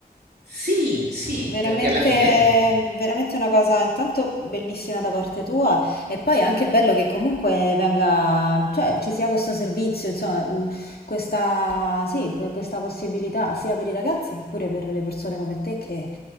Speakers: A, on the right; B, on the left.
A: Sì, sì,
B: Veramente,
A: perché alla fine
B: veramente una cosa intanto bellissima da parte tua e poi anche bello che comunque venga, cioè ci sia questo servizio, insomma, mh, questa, sì, que- questa possibilità sia per i ragazzi che pure per le persone come te che